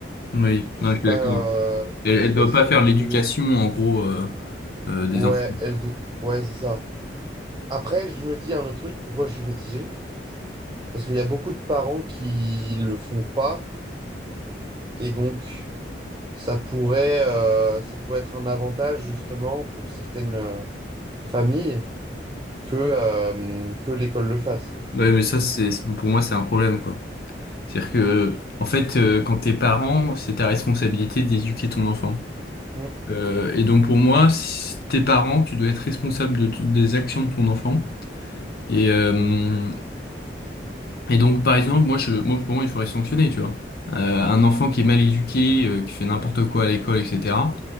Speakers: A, on the left; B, on the right.
A: Oui,
B: Je
A: non,
B: sais
A: je suis
B: pas.
A: d'accord.
B: euh, je
A: Elle,
B: sais
A: elle
B: pas
A: doit
B: si
A: pas
B: tu
A: faire
B: vois
A: l'éducation
B: ce que je veux. dire.
A: en gros euh, euh, des
B: Ouais,
A: enfants.
B: elle doit. Ouais, c'est ça. Après, je me dis un autre truc. Pourquoi je suis mitigé? Parce qu'il y a beaucoup de parents qui le font pas et donc. Ça pourrait, euh, ça pourrait être un avantage justement pour certaines euh, familles que, euh, que l'école le fasse.
A: Ouais, mais ça c'est, c'est- pour moi c'est un problème quoi. C'est-à-dire que, en fait, euh, quand t'es parent, c'est ta responsabilité d'éduquer ton enfant.
B: Mm,
A: Euh, et donc pour moi, si t'es parent, tu dois être responsable de toutes des actions de ton enfant. Et, euh, et donc par exemple, moi, je, moi pour moi, il faudrait sanctionner, tu vois. Euh, un enfant qui est mal éduqué, euh, qui fait n'importe quoi à l'école, etc.